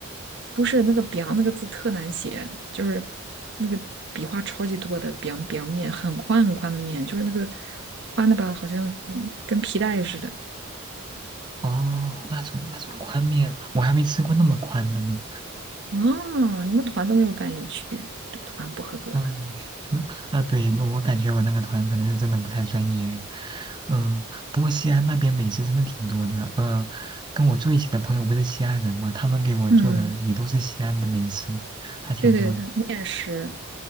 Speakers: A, on the right; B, on the right.
A: 不是那个 b 那个字特难写，就是那个笔画超级多的 b i 面”，很宽很宽的面，就是那个宽的吧，好像嗯跟皮带似的。
B: 哦，那种那种宽面，我还没吃过那么宽的呢。
A: 哦，你们团都没有带你去，这团不合格。
B: 嗯，<laughs> 啊对，我我感觉我那个团可能是真的不太专业。嗯，不过西安那边美食真的挺多的。呃，跟我住一起的朋友不是西安人嘛，他们给我做的也都是西安的美食，
A: 嗯，
B: 还挺多的。
A: 对对，它面食，